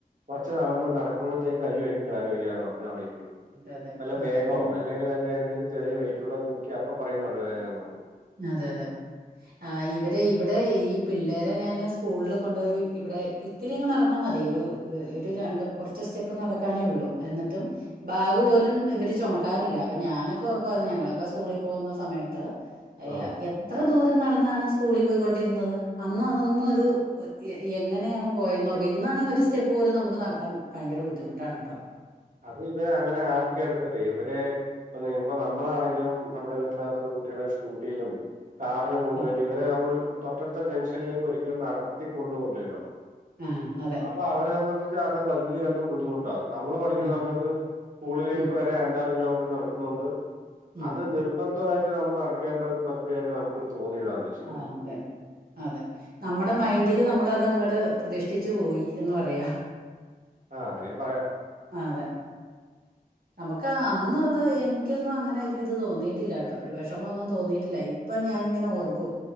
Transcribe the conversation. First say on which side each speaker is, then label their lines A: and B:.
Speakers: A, on the right (about 55°); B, on the right (about 75°).
A: കൊർച്ച് നടന്ന് നടക്ക്മ്പോത്തേക്ക് അയ്യോ എനിക്ക് കാല് വയ്യാ ന്ന് പർഞ്ഞ് അഒടെ ഇര്ക്കും.
B: അതെ അതെ
A: വല്ല ബേഗോ
B: അതെ
A: അല്ലെൽ വല്ല എന്തെലും ചെറിയ വെയിറ്റ് ള്ള തൂക്ക്യാ അപ്പ പറിം നടുവേനാന്ന് പറിം.
B: അതെ അതെ ആ ഇവര് ഇവ്ടെ ഈ പിള്ളേരെ ഞാൻ സ്കൂള് കൊണ്ടോയി ഇവ്ടെ ക് ഇത്തിരി അങ്ങ് നടന്നാ മതി ഒരു ഒരു രണ്ടും കൊർച്ച് സ്റ്റെപ്പ് നടക്കാനേ ഉള്ളൂ എന്നട്ടും ബാഗ് പോലും ഇവര് ചൊമക്കാറില്ല. അപ്പൊ ഞാനൊക്കെ ഓർക്കുയിരുന്നു ഞങ്ങളക്കെ സ്കൂളി പോകുന്ന സമയത്ത് എ
A: ആഹ്
B: എത്ര ദൂരം നടന്നാണ് സ്കൂളി പോയികൊണ്ടിരുന്നത് അന്ന് അതന്നൊരു എങ്ങനെയാണ് പോയെന്ന ഓർക്ക ഇന്നാണെങ്കി ഒരു സ്റ്റെപ്പ് പോലും നമ്മക്ക് നടക്കാൻ ഭയങ്കര ബുദ്ധിമുട്ടാണ് ട്ടോ.
A: അത് ഇവര് അങ്ങനെ ആക്കി എടുത്ത് ഇവരെ <unintelligible> ഇപ്പോ നമ്മളാണെങ്കിലും നമ്മുടെ വീട്ടിനകത്തുള്ള കുട്ട്യളെ സ്കൂട്ടിയിലും കാർലും കൊണ്ടോയിട്ട്
B: അതെ
A: ഇവരെ നമ്മൾ തൊട്ടടുത്ത ജംഗ്ഷനിലേക്ക് ഒരിക്കലും നടത്തി കൊണ്ടോവുലല്ലോ.
B: ആഹ് അതെ
A: പ്പ അവരെ സംബന്ധിച്ച് അത് വല്യ എന്തോ ബുദ്ധിമുട്ടാ. നമ്മള് പഠിക്കുന്ന
B: ഉം
A: സമയത്ത് സ്കൂളിലേക്ക്
B: ഉം
A: വരെ അ അഞ്ചാറ് കിലോമീറ്റർ നടക്കുന്നോണ്ട്
B: ഉം
A: അത് നിർബന്ധമായിട്ട് നമ്മൾ നട ക്കേണ്ട ഒരു പ്രക്രിയട്ട് നമുക്ക് തോന്നിയതാന്ന്.
B: ആഹ് അതെ അതെ നമ്മടെ മൈൻഡില് നമ്മൾ അത് അങ്ങട് പ്രതിഷ്ഠിച്ചു പോയി എന്ന് പറയാ.
A: ആഹ് അങ്ങനേ പറയാ.
B: ആഹ് അതെ
A: <inaudible>
B: നമ്മക്ക് അന്ന് ത് എനിക്കൊന്നും അങ്ങനെ ഒരു ഇത് തോന്നിയിട്ടില്ല ട്ടോ. ഒരു വെഷമം ഒന്നും തോന്നിയിട്ടില്ല ഇ ഇപ്പ ഞാന് ങ്ങനെ ഓർക്കും.